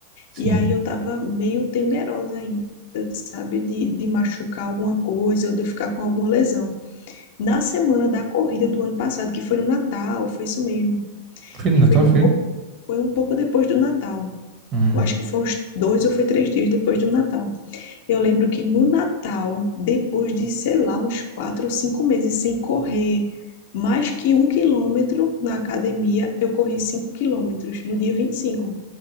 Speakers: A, on the right (about 40°); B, on the left (about 60°).
A: Sim.
B: E aí eu estava meio temerosa ainda. Sabe, de, de machucar alguma coisa ou de eu ficar com alguma lesão. Na semana da corrida do ano passado, que foi no Natal, foi isso mesmo
A: Foi no
B: que
A: Natal,
B: foi um pouco,
A: foi?
B: foi um pouco depois do Natal.
A: Uhum.
B: Eu acho que foi uns dois ou foi três dias depois do Natal. Eu lembro que no Natal, depois de, sei lá, uns quatro ou cinco meses sem correr mais que um quilômetro na academia, eu corri cinco quilômetros no dia vinte e cinco